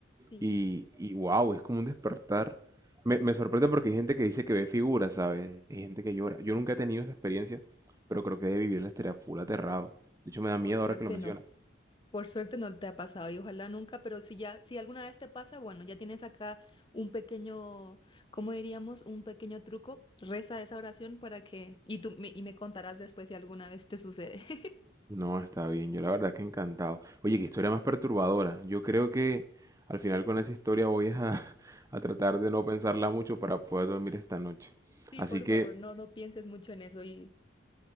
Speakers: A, on the left (about 25°); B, on the right (about 15°).
A: sí,
B: Y, y wow, es como un despertar. Me, me sorprende porque hay gente que dice que ve figuras, ¿sabes? Hay gente que llora. Yo nunca he tenido esa experiencia, pero creo que de vivirla estaría full aterrado. De hecho, me da
A: por
B: miedo
A: suerte
B: ahora que lo mencionas.
A: no, por suerte no te ha pasado y ojalá nunca, pero si ya, si alguna vez te pasa, bueno, ya tienes acá un pequeño, ¿cómo diríamos? Un pequeño truco, reza esa oración para que, y tú, me- y me contarás después si alguna vez te sucede. <laughs>
B: No, está bien. Yo la verdad que encantado. Oye, qué historia más perturbadora. Yo creo que al final con esa historia voy es a, <laughs> a tratar de no pensarla mucho para poder dormir esta noche.
A: Sí,
B: Así
A: por
B: que,
A: favor, no, no pienses mucho en eso y